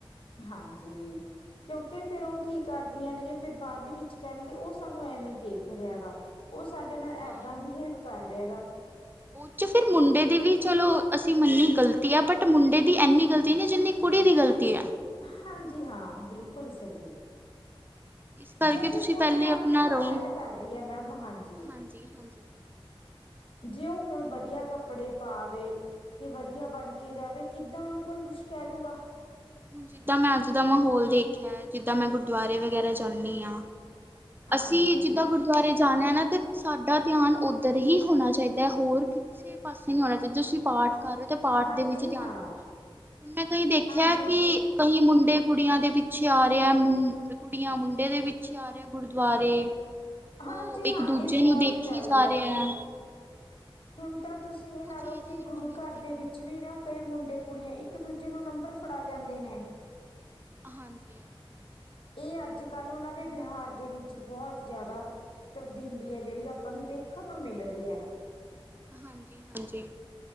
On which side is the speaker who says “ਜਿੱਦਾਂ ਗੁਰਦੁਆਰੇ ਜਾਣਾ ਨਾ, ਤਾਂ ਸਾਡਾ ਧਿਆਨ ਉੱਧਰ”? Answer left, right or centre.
Right